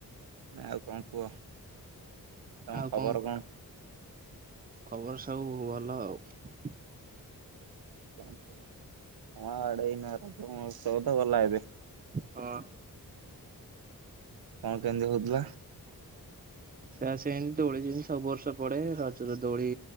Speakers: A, on the right; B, on the right.
A: ଆଉ କଣ କୁହ ତମ
B: ଆଉ
A: ଖବର
B: କହ
A: କଣ?
B: ଖବର ସବୁ ଭଲ ଆଉ।
A: କ ଆଡେଇ ନହ ସବୁ ତ ଗଲା ଏବେ।
B: ହଁ।
A: କାମ କେମିତି ହଉଥିଲା?
B: ସେ ସେମିତି ଦୋଳି ଯେମିତି ସବୁ ବର୍ଷ ପଡେ ରଜ ରେ ଦୋଳି